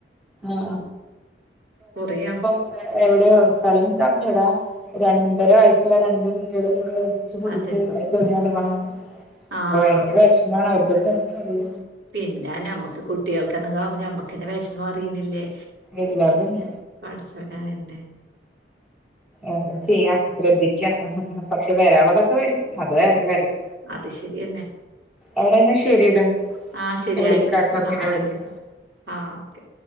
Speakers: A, in the centre; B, on the right (about 75°).
A: ആഹ്
B: കൊറേയ
A: എ എവിടെയോ സ്ഥലം കറഞ്ഞു കൂടാ രണ്ടര വയസ്സ് രണ്ട് കുട്ടികൾ കൂടെ ഒരുമി ച്ച് കുളിക്കുമ്പോ
B: അതന്നെ
A: <unintelligible>
B: ആഹ്
A: ഭയങ്കര വെഷമാണ് അവർക്കൊക്കെ എന്തറിയൂ
B: പിന്നെ നമ്മക്ക് കുട്ടികൾക്കന്നങ്കിലാകുമ്പോ ഞമ്മക്കെന്നെ വെഷമം അറിയുന്നില്ലേ
A: ഇല്ല അതില്ല
B: പഠച്ചോനയന്നെ
A: എന്താ ചെയ്യാ ശ്രദ്ധിക്ക പക്ഷെ വരാള്ളതൊക്കെ വരും അത് വേറെ കാര്യം
B: അത് ശരിയെന്നെ
A: എവിടെ എന്നാ ശരിടാ
B: ആഹ് ശരിയായി
A: ഞാൻ വിളിക്കാട്ടോ പിന്നെ
B: ആഹ്
A: വിളിക്കാ
B: വിളിക്കാം ആഹ് ഓക്കെ